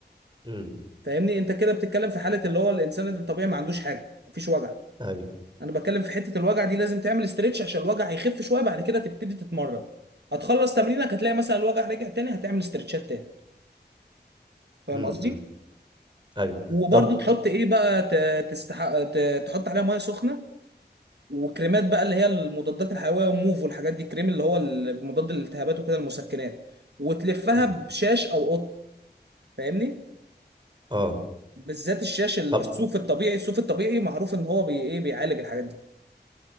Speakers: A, on the right (about 25°); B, on the right (about 70°).
A: امم
B: فاهمني انت كده بتتكلم في حالة اللي هو الانسان الطبيعي ما عندوش حاجة مفيش وجع
A: ايوه
B: انا بتكلم في حته الوجع دي لازم تعمل استرتش عشان الوجع هيخف شويه بعد كده تبتدي تتمرن هتخلص تمرينك هتلاقي مثلا الوجع رجع تاني هتعمل استرتشات تاني فاهم
A: امم
B: قصدي
A: امم ايوه
B: وبرده
A: طب
B: تحط ايه بقى ت- تستحق ت- تحط عليها ميه سخنه وكريمات بقى اللي هي المضادات الحيويه وموف والحاجات دي كريم اللي هو ال- مضاد للالتهابات وكده المسكنات وتلفها
A: امم
B: بشاش او قطن فاهمني
A: اه
B: بالذات الشاش الصوف
A: طب
B: الطبيعي الصوف الطبيعي معروف ان هو بي ايه بيعالج الحاجات دي